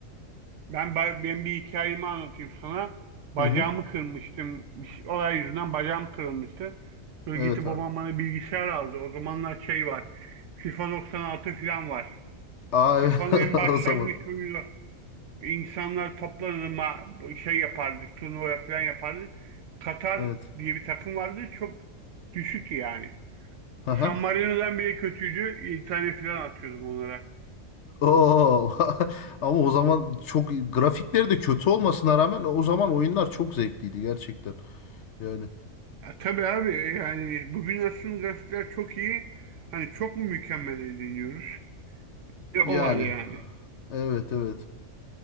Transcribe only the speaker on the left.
Hı hı.
Evet
abi.
Aa
evet <laughs>
o zaman
evet.
Aha.
Oo. <laughs> Ama o zaman çok grafikleri de kötü olmasına rağmen o zaman oyunlar çok zevkliydi gerçekten. Yani
yani
evet evet.